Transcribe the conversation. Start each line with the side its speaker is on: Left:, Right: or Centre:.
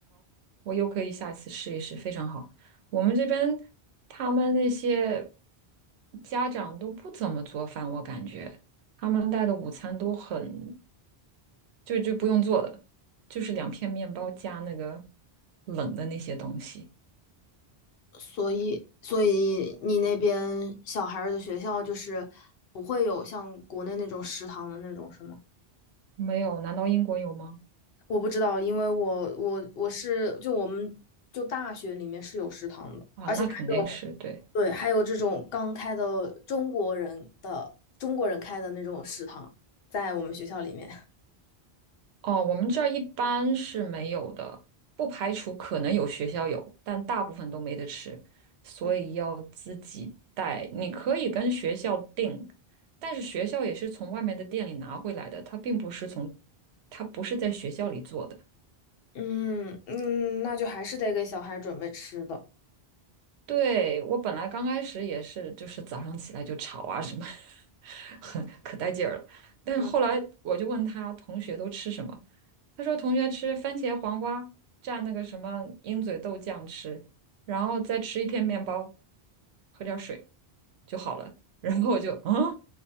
Right: 我又可以下一次试一试，非常好。我们这边他们那些家长都不怎么做饭，我感觉他们带的午餐都很，就就不用做的，就是两片面包加那个冷的那些东西。
Left: 所以，所以你那边小孩儿的学校就是不会有像国内那种食堂的那种，是吗？
Right: 没有？难道英国有吗？
Left: 我不知道，因为我我我是就我们就大学里面是有食堂的，
Right: 啊，
Left: 而且还有
Right: 那肯定是对。
Left: 对，还有这种刚开的中国人的中国人开的那种食堂，在我们学校里面。
Right: 哦，我们这儿一般是没有的，不排除可能有学校有，但大部分都没得吃，所以要自己带。
Left: 嗯
Right: 你可以跟学校订，但是学校也是从外面的店里拿回来的，它并不是从，它不是在学校里做的。
Left: 嗯嗯，那就还是得给小孩准备吃的。
Right: 对，我本来刚开始也是，就是早上起来就吵啊什么，<laughs> 很可带劲儿了。但是后来我就问他同学都吃什么，
Left: 嗯
Right: 他说同学吃番茄黄瓜蘸那个什么鹰嘴豆酱吃，然后再吃一片面包，喝点儿水就好了。<laughs> 然后我就嗯，